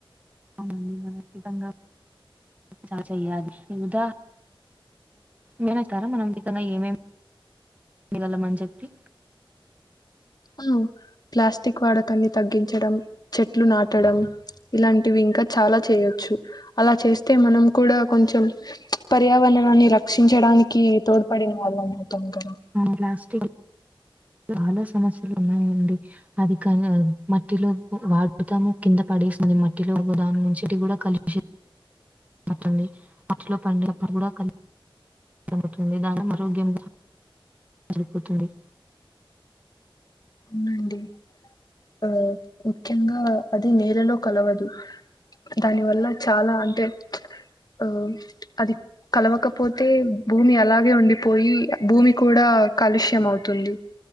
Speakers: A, on the right; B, on the left.
A: అవునండి మనఫితంగా చ చెయ్యాలి ఈదా మేనతారా మనం వితంగా ఏమేమి మిలలం అని చెప్పి
B: హలో ప్లాస్టిక్ వాడకు క్కన్ని తగ్గించడం చెట్లు నాటడం ఇలాంన్ టివి ఇంకా చాలా చేయొచ్చు అలా చేస్తే మనం కూడా కొంచెం పర్యావణాన్ని రక్షించడాని కి తోడ్ పడిన వాళ్ళము అవ్వుతాం కా
A: ఉమ్ ప్లాస్టిక్ చాలా సమస్యలు ఉన్నాయండి అది కదా మట్టిలో వాడుతాము కింద పడేసినది మట్టిలో ఒకదాని నుంచి కూడా కలిషి బాచుంది అట్లో పండిప్పుడు కూడా కను దమ్ముతుంది దాన ఆరోగ్యం రిపోతుండి
B: అవునండి ఆ ముఖ్యంగా అది నేలలో కలవదు దాని వల్ల చాలా అంటే ఆ అది కలవకపోతే భూమి అలాగే ఉండిపోయి భూమి కూడా కాలుష్య అవుతుంది